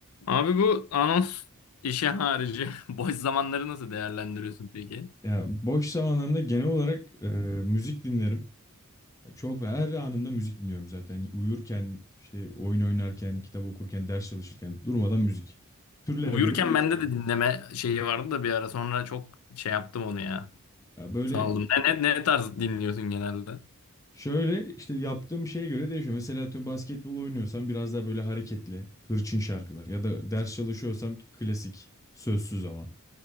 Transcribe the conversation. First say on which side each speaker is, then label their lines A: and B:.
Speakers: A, on the left; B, on the left.
A: Abi bu anons işi harici <laughs> boş zamanları nasıl değerlendiriyorsun peki?
B: Ya boş zamanlarımda genel olarak e, müzik dinlerim. Ya Çok ve her anında müzik dinliyorum zaten. Uyurken, işte oyun oynarken, kitap okurken, ders çalışırken durmadan müzik. Türlere
A: Uyurken
B: göre değişiyor
A: bende de
B: tabii.
A: dinleme şeyi vardı da bir ara sonra çok şey yaptım onu ya.
B: Ya böyle
A: Saldım. Ne, ne, ne tarz dinliyorsun genelde?
B: şöyle işte yaptığım şeye göre değişiyor. Mesela atıyorum basketbol oynuyorsam biraz daha böyle hareketli, hırçın şarkılar ya da ders çalışıyorsam klasik, sözsüz ama.